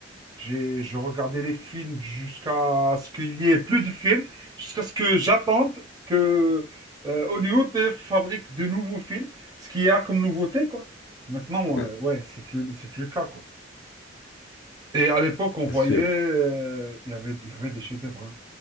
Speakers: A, on the right; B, on the left.
A: J'ai, je regardais les films jusqu'à ce qu'il y ait plus de films, jusqu'à ce que j'attende que euh, Hollywood euh, fabrique de nouveaux films, ce qu'il y a comme nouveauté, quoi. Maintenant,
B: Ouais,
A: euh, ouais, c'est plus, c'est plus le cas, quoi. Et à l'époque, on voyait,
B: bien sûr.
A: euh, il y avait, il y avait des chefs-d'œuvre. hein.